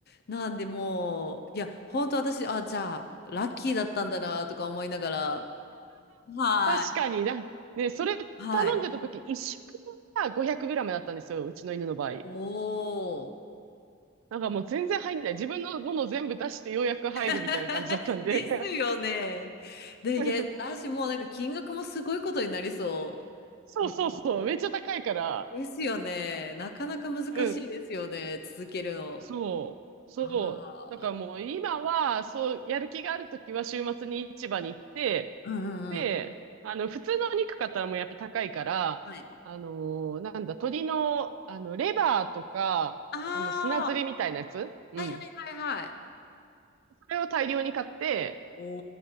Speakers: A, on the left; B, on the right.
A: なんでもう、いや、本当私、あ、じゃあ、ラッキーだったんだなとか思いながら、はい。
B: 確かにな、ね、それ頼んでた時、
A: はい。
B: 一食分が 500g だったんですよ、うちの犬の場合。
A: おー。
B: なんかもう全然入んない。自分のものを全部出してようやく入るみたいな感じだったんで。
A: <laughs> ですよね。で、
B: <laughs>
A: いや、私もうなんか金額もすごいことになりそう。
B: そうそうそう、
A: 本当に。
B: めっちゃ高いから。
A: ですよね。なかなか難しいですよね。
B: うん。
A: 続けるの。
B: そう、そう。
A: は
B: だからもう今は、そう、やる気があるときは週末に市場に行って、
A: うんうんうん。
B: で、あの、普通のお肉買ったらもうやっぱ高いから、
A: はい。
B: あのーなんだ、鶏の、あの、レバーとか、
A: ああ、
B: あの、砂ずりみたいなやつうん。
A: はいはいはいはい。
B: それを大量に買って、
A: お